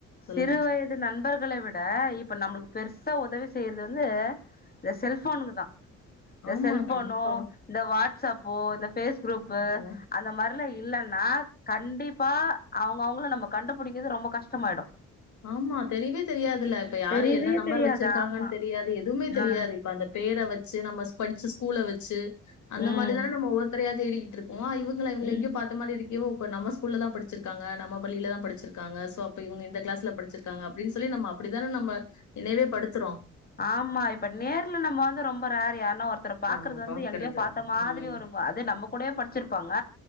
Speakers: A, on the left; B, on the left.
A: சொல்லுங்க
B: சிறு வயது நண்பர்களை விட இப்ப நம்ளுக்கு பெருசா ஒதவி செய்யறத் து இந்த செல்ஃபோனுங்க தா இந்த
A: ஆமா
B: செல்ஃபோனூ
A: கண்டிப்பா
B: இந்த வாட்ஸ்அப் பு இந்த ஃபேஸ் க்ரூப்பூ
A: ஆமா
B: அந்த மாரிலா இல்லன்னா அ கண்டிப்பா அவங்கவங்கள நம்ம கண்டுபிடிக்கிறது ரொம்ப கஷ்டமாயிடு
A: ஆமா தெரியவே தெரியாதுல்ல இப்ப யாரு
B: தெரியவே
A: என்ன நம்பர்
B: தெரியாது
A: வச்சிருக்காங்கன்னு
B: ஆமா
A: தெரியாது எதுவுமே தெரியாது
B: ஆ
A: இப்ப அந்த பேர வச்சி நம்ம படிச்ச ஸ்கூல வச்சு அந்த
B: ம்
A: மாரிதான நம்ம ஒவ்வொருத்தரையா தேடிட்டு இருக்கோ இவுங்கள இவுங்கள
B: ம்
A: எங்கயோ பாத்த மாரி இருக் கே இப்ப நம ஸ்கூலதா படிச்சிருக்காங்க நம்ம பள்ளிலதா படிச்சிருக்காங்க சோ அப்ப இவுங்க இந்த கிளாஸ் ல படிச்சிருக்காங்க அப்டின்னு சொல்லி நம்ம அப்டித்தான நம்ம நினைவே படுத்துறோ
B: ஆமா இப்ப நேர்ல நம்ம வந்து ரொம்ப ரேர் யார்னா ஒருத் தர பாக்குறது
A: நம்ம
B: வந்து
A: பாக்குறது
B: எங்கேயோ பாத்த மாதிரி
A: ம்
B: வரு அது நம்ம கூடயே படிச்சிருப்பாங்க